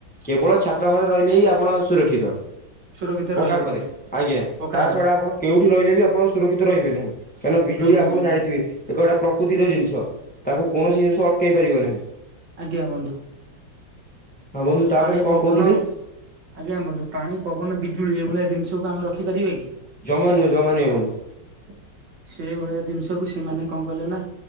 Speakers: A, in the centre; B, on the right (about 80°).
A: କେବଳ ଛାତ ଘରେ ରହିଲେ ହିଁ ଆପଣ ସୁରକ୍ଷିତ।
B: ସୁରକ୍ଷିତରେ
A: ପକ୍କା
B: ରହିପାରିବି
A: ଘରେ
B: ପକ୍କା
A: ତା
B: ଘରେ
A: ଛଡା ଆପଣ କେଉଠି ରହିଲେ ବି ଆପଣ ସୁରକ୍ଷିତ ରହିବେ ନାହିଁ। କାରଣ ବିଜୁଳି
B: ରହିପାରିବେନି
A: ଆପଣ ଜାଣିଥିବେ ଏକ ଏଟା ପ୍ରକୃତିର ଜିନିଷ ତାକୁ କୌଣସି ଜିନିଷ ଅଟକେଇ ପାରିବ ନାହିଁ।
B: ଆଜ୍ଞା ବନ୍ଧୁ
A: ହଁ ବନ୍ଧୁ ତାପରେ
B: ପାଣି ପବନ
A: କଣ କହୁଥିଲେ
B: ଆଜ୍ଞା ବନ୍ଧୁ ପାଣି ପବନ, ବିଜୁଳି ଏଇଭଳିଆ ଜିନିଷକୁ ଆମେ ରଖିପାରିବା କି?
A: ଜମା ନୁହେ ଜମା ନୁହେ ବନ୍ଧୁ।
B: <inaudible> ସେ ଭଳିଆ ଜିନିଷକୁ ସେମାନେ କଣ କଲେ ନା